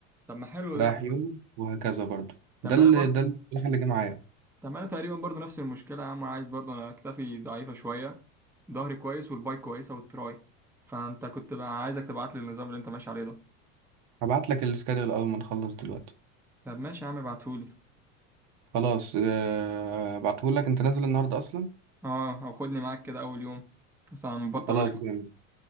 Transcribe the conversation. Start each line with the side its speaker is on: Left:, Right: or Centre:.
Centre: طب ما حلو
Right: رايح
Centre: ده
Right: يوم وهكذا برضو
Centre: طب
Right: ده
Centre: ما
Right: اللي
Centre: انا برضه
Right: ده الصراحة اللي جه معايا
Centre: طب ما انا تقريبا برضه نفس المشكله يا عم عايز برضه انا اكتفي ضعيفه شويه ظهري كويس والباي كويسه والتراي فانت كنت بقى عايزك تبعت لي النظام اللي انت ماشي عليه ده
Right: هبعت لك السكادول اول ما نخلص دلوقتي
Centre: طب ماشي يا عم ابعتهولي
Right: خلاص آه، هبعته لك انت نازل النهارده اصلا
Centre: اه او خدني معاك كده اول يوم بس انا مبطل
Right: خلاص
Centre: بقالي فترة.
Right: جامد